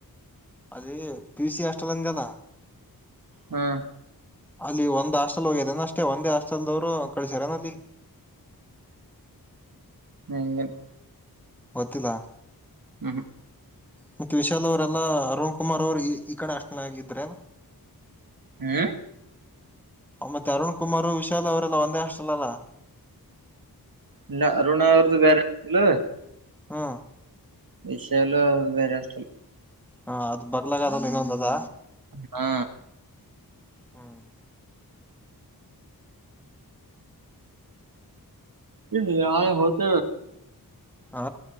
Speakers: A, in the centre; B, on the right (about 65°).
A: ಅದೇ ಪಿು ಸಿ ಹಸ್ಟೆಲನ್ಲ್ಲ
B: ಹಾ
A: ಅಲ್ಲಿ ಒಂದ್ ಹಾಸ್ಟೆಲ್ ಹೋಗ್ಯದೇನ ಅಷ್ಟೆ ಒಂದೇ ಹಾಸ್ಟೆಲ್ದವ್ರು ಕಳಸ್ಯಾರನ ಅಲ್ಲಿ <inaudible>
B: ಮಂಗನ್
A: ವತಿಲ
B: ಹ್ಮ ಹ
A: ಮತ್ತ ವಿಶಾಲ್ ಅವರೆಲ್ಲಾ ಅರುಣ್ ಕುಮಾರ್ ಅವರು ಈ ಈ ಕಡೆ ಅಷ್ಟನಾಗಿದ್ರ ಅ
B: ಹ್ಮ
A: ಮತ್ತೆ ಅರುಣ್ ಕುಮಾರ ವಿಶಾಲ್ ಅವರೆಲ್ಲ ಒಂದೇ ಅಷ್ಟಲ್ಲಲ್ಲ
B: ಇಲ್ಲ ಅರುಣವ ತ ಗರೆ ಇಲ್ಲ
A: ಹ್ಮ
B: ವಿಷಯಲು ಹ ಬೇರೆ ಅಷ್ಟಲ್
A: ಹಾ ಅದು ಬಗ್ಲಗಾರಲ್ಲಿ ಇನ್ನೊಂದ ಅದ
B: ಹಾ
A: ಹ್ಮ್
B: ಇ ಆಯ ಹತ
A: ಹ